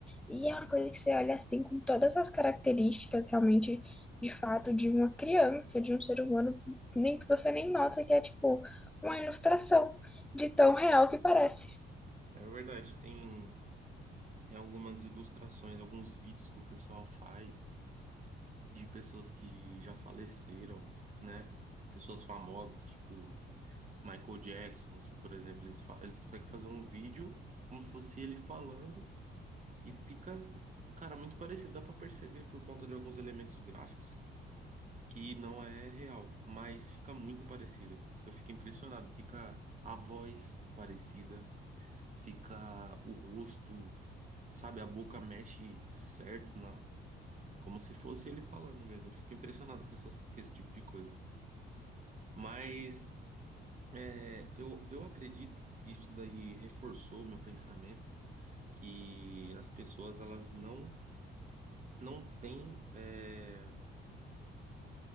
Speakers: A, in the centre; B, on the right.
A: E é uma coisa que você olha assim com todas as características realmente de fato de uma criança, de um ser humano, nem que você nem nota que é tipo uma ilustração de tão real que parece.
B: É verdade, tem, tem algumas ilustrações, alguns vídeos que o pessoal faz de pessoas que já faleceram, né? Pessoas famosas, tipo Michael Jackson, assim, por exemplo, eles, fa- eles conseguem fazer um vídeo como se fosse ele falando E fica, cara, muito parecido. Dá pra perceber por conta de alguns elementos gráficos que não é real, mas fica muito parecido, cara. Eu fico impressionado. Fica a voz parecida, fica o rosto, sabe? A boca mexe certo na, como se fosse ele falando mesmo. Eu fico impressionado com essas, com esse tipo de coisa. Mas é, eu, eu acredito, isso daí reforçou o meu pensamento, que as pessoas elas não não têm é,